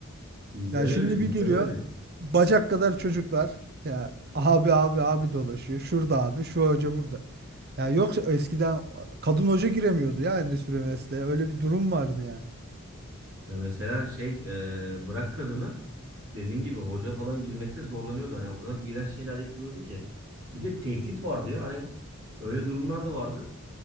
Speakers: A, on the right (about 65°); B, on the right (about 50°).
A: Bizde
B: Ya
A: de öyle,
B: şimdi
A: bizde
B: bir giriyorsun
A: de öyle.
B: bacak kadar çocuklar ya abi abi abi dolaşıyor. Şurada abi, şu hoca burada. Ya yoksa eskiden kadın hoca giremiyordu ya endüstri mesleğe. Öyle bir durum vardı ya.
A: Ya mesela şey e, bırak kadını Dediğin gibi hoca falan girmekte zorlanıyordu. Hani o kadar iğrenç şeyler yapılıyordu ki. Bir de tehdit vardı ya hani öyle durumlar da vardı.